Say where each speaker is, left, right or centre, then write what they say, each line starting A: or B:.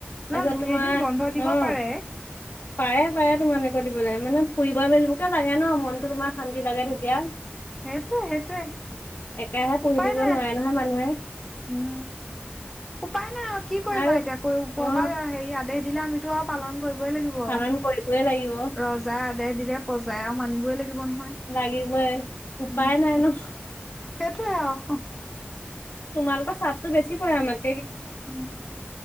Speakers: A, in the centre; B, on the left (about 60°).
A: ন
B: তাৰপিছত
A: দুই
B: তোমাৰ
A: এদিন বন্ধ দিব
B: অ'
A: পাৰে
B: পায়ে পায়ে তোমা একে দিব লাগে মানে ফুৰিব মেলিবকে লাগে ন' মনটো তোমাৰ শান্তি লাগে তেতিয়া।
A: সেইটোৱে সেইটোৱে
B: একেৰাহে পঢ়ি
A: উপায়
B: থাকিব
A: নাই
B: নোৱাৰে নহয় মানুহে।
A: উম, উপায় নাই কি কৰিবা
B: আৰু
A: এতিয়া কৈ ওপৰপা
B: অ
A: হেৰি আদেশ দিলে আমি। টো আও পালন। কৰিবই লাগিব আও
B: পালন কৰিবই লাগিব
A: ৰজাই আদেশ দিলে প্ৰজাই আৰু মানিবই লাগিব নহয়।
B: লাগিবয়ে উপায়
A: উম,
B: নাই
A: তাকে
B: ন'
A: সেইটোৱে আও।
B: তোমালোকৰ চাদতটো বেছি পৰে মানে।
A: উ